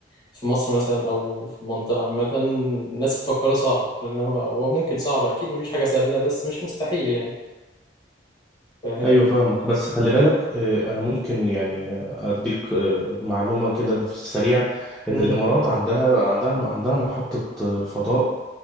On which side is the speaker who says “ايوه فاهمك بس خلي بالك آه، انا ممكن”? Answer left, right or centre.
Centre